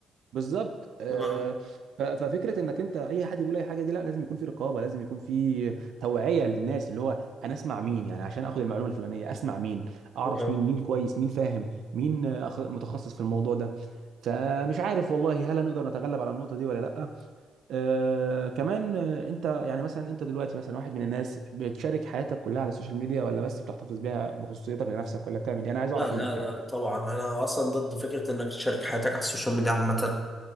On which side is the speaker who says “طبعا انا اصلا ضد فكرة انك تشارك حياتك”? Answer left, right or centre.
Centre